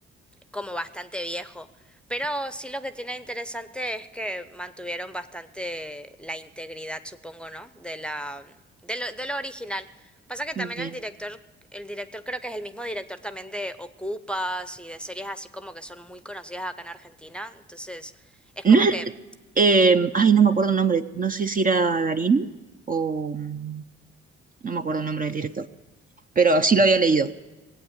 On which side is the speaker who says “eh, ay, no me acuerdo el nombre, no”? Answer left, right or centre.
Right